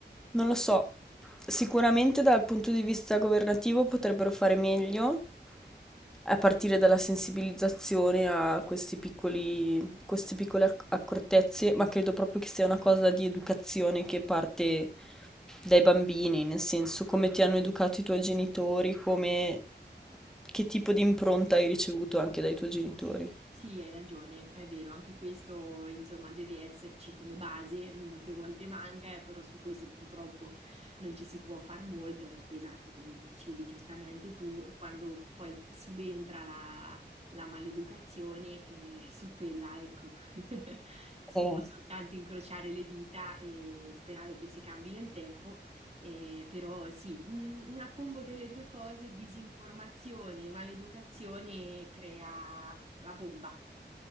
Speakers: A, in the centre; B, on the right (about 35°).
A: non lo so, sicuramente dal punto di vista governativo potrebbero fare meglio, a partire dalla sensibilizzazione a questi piccoli, queste piccole acc- accortezze, ma credo proprio che sia una cosa di educazione che parte dai bambini, nel senso come ti hanno educato i tuoi genitori, come che tipo di impronta hai ricevuto anche dai tuoi genitori.
B: Sì, hai ragione, è vero, anche questo insomma deve esserci come base, molte volte manca, eh, però su questo purtroppo non ci si può far molto perché esatto, come dicevi giustamente tu, quando poi subentra la, la maleducazione, eh, su quella, ecco, <laughs> Si
A: Eh.
B: può soltanto incrociare le dita e sperare che si cambi nel tempo, eh, però sì, un- una combo delle due cose, disinformazione e maleducazione, crea la bomba.